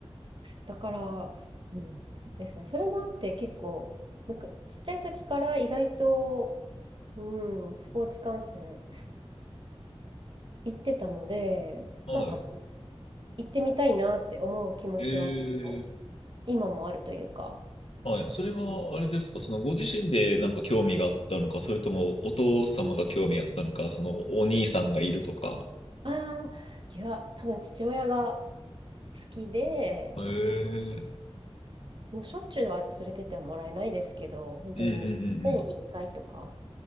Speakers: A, on the right; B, on the left.
A: だから、うん、ですね。それもあって結構、なんかちっちゃい時から意外と、うん、スポーツ観戦行ってたので、
B: はい。
A: なんかこう行ってみたいなって思う気持ちは結構
B: ええ
A: 今もあるというか、
B: はい。それは、あれですか、そのご自身でなんか興味があったのか、それともお父様が興味あったのか、そのお兄さんがいるとか。
A: ああ、いや、多分父親が好きで、
B: へえ。
A: もうしょっちゅうは連れてってはもらえないですけど、本当に年1回とか
B: うんうんうんうん。